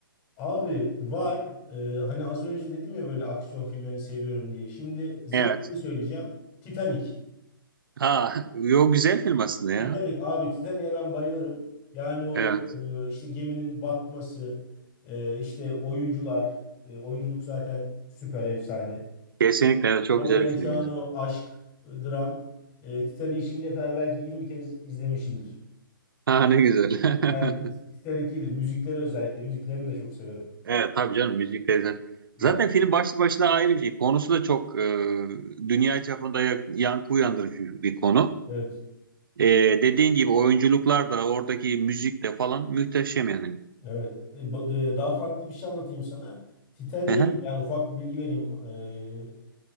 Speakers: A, on the left; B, on the right.
A: Abi var. Ee, hani az önce dedim ya böyle aksiyon filmlerini seviyorum diye. Şimdi zıt
B: Evet.
A: bir şey söyleyeceğim. Titanic.
B: Ha, <laughs> yo güzel film aslında ya.
A: Titanic abi Titanic'e ben bayılırım. Yani o
B: Evet.
A: e, işte geminin batması, e, işte oyuncular, e, oyunculuk zaten süper efsane.
B: Kesinlikle evet, çok
A: Orada
B: güzel
A: yaşanan
B: bir filmdi.
A: o aşk, e, dram. E, Titanic'i şimdiye kadar belki 20 kez izlemişimdir.
B: Ha ne güzel. <laughs>
A: Yani Titanic iyidir. Müzikleri özellikle. Müziklerini de çok severim.
B: Evet tabii canım müzik de Zaten
A: Yani
B: Zaten film başlı başına ayrı bir şey. Konusu da çok e, dünya çapında ya- yankı uyandırıcı bir konu.
A: evet.
B: E, dediğin gibi oyunculuklar da oradaki müzik de falan muhteşem yani.
A: Evet. E, ba- e, Daha farklı bir şey anlatayım sana. Titanic'in
B: Hı hı,
A: yani ufak bir bilgi vereyim. E,